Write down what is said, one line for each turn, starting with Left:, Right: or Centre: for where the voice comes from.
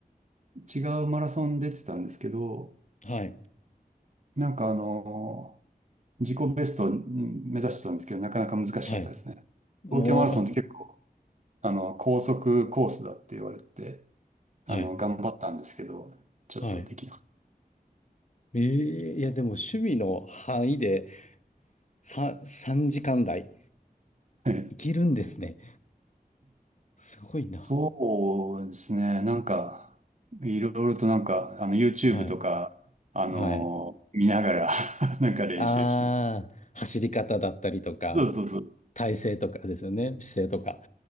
Right: 違うマラソン出てたんですけど、
Left: はい。
Right: なんかあの、自己ベストをうん目指してたんですけど、なかなか難しかったですね。
Left: はい。もう、
Right: 東京マラソンって結構、あの、高速コースだって言われて、あの、
Left: あはい。
Right: 頑張ったんですけど、ちょっとできなかっ
Left: はい。えー、いや、でも趣味の範囲で3、さ3時間台
Right: た。<laughs>
Left: いけるんですね。すごいな。
Right: そうですね、なんか、いろいろとなんか、あの、YouTube
Left: はい。
Right: とか、あの、
Left: はい。
Right: 見ながら <laughs> なんか練習してます。
Left: ああ、走り方だったりとか、
Right: そうそうそう。
Left: 体勢とかですよね、姿勢とか。